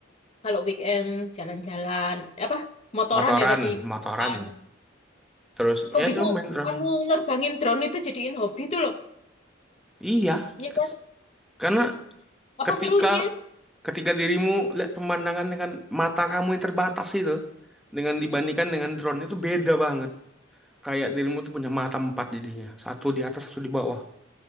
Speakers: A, on the left (about 35°); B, in the centre.
A: kalau weekend jalan-jalan apa motoran
B: motoran,
A: ya tadi?
B: motoran.
A: Motoran.
B: Terus
A: Kok
B: ya
A: bisa
B: itu main drone.
A: anu nerbangin drone itu jadiin hobi tuh loh?
B: Iya,
A: Ya
B: kes-
A: kan?
B: karena
A: Apa
B: ketika
A: serunya?
B: ketika dirimu lihat pemandangan dengan mata kamu yang terbatas itu dengan
A: Hmm.
B: dibandingkan dengan drone itu beda banget. Kayak dirimu tuh punya mata empat jadinya. Satu di atas, satu di bawah.